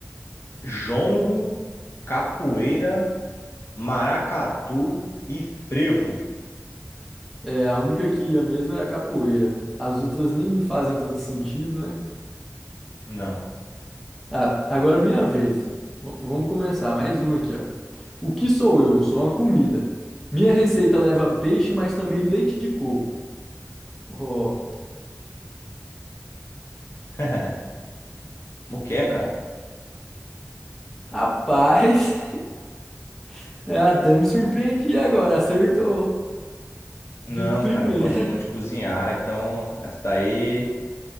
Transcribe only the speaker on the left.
Jongo, capoeira, maracatu e frevo.
Não.
<laughs> Moqueca?
Não,
cara, eu gosto muito de cozinhar, então essa daí,